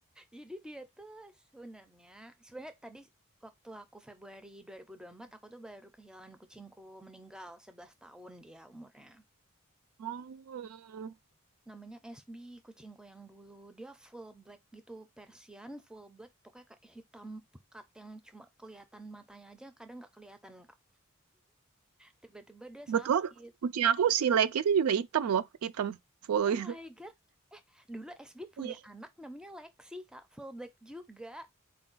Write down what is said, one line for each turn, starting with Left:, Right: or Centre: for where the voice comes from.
Centre: Jadi dia tuh sebenarnya sebenarnya tadi waktu aku Februari 2024 aku tuh baru kehilangan kucingku meninggal 11 tahun dia umurnya.
Right: Oh.
Centre: Namanya SB kucingku yang dulu. Dia full black gitu Persian full black pokoknya kayak hitam pekat yang cuma kelihatan matanya aja kadang nggak kelihatan Kak. Tiba-tiba dia
Right: Betul,
Centre: sakit.
Right: kucing aku si Leki itu juga hitam loh, hitam full
Centre: Oh my
Right: gitu.
Centre: God. Eh, dulu SB punya
Right: Iya.
Centre: anak namanya Lexi Kak, full black juga.